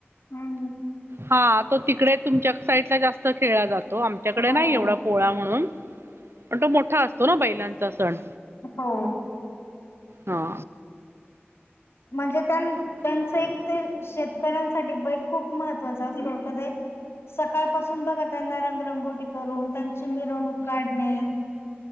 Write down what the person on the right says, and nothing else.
हा तो तिकडे तुमच्या साईडला जास्त खेळला जातो. तो आमच्याकडे
नाही एवढा पोळा म्हणून पण तो मोठा असतो ना बैलांचा सण.
हा